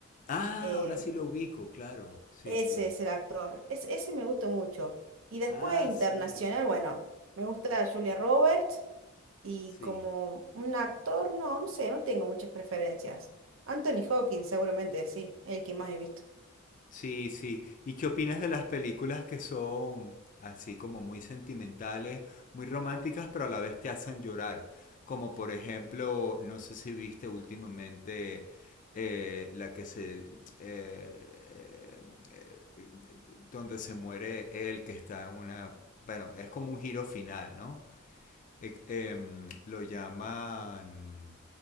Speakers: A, on the left (about 40°); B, on the right (about 65°).
A: Ah,
B: Eh,
A: ahora sí lo ubico, claro. Sí,
B: ese
A: sí.
B: es el actor. Es, ese me gustó mucho. Y después
A: Ah,
B: internacional,
A: sí,
B: bueno, me gusta Julia Roberts y
A: sí.
B: como un actor, no, no sé, no tengo muchas preferencias. Anthony Hawkins, seguramente sí, el que más he visto.
A: Sí, sí. ¿Y qué opinas de las películas que son así como muy sentimentales, muy románticas, pero a la vez te hacen llorar? Como por ejemplo, no sé si viste últimamente eh, la que se... eh, eh, eh, donde se muere él, que está en una... Bueno, es como un giro final, ¿no? eh, em, lo llaman